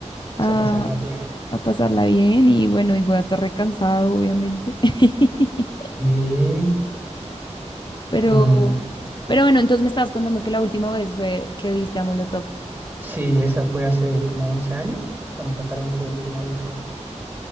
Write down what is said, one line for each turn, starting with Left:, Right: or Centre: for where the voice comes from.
Left: a,
Right: Pues a pasarla bien.
Left: a pasarla bien y bueno, y voy a estar recansado, obviamente. <laughs>
Right: Y...
Left: Pero,
Right: No, no, no.
Left: pero bueno, entonces me estabas contando que la última vez fue que viste a Molotov.
Right: Sí, esa fue hace como 11 años, cuando sacaron su último disco.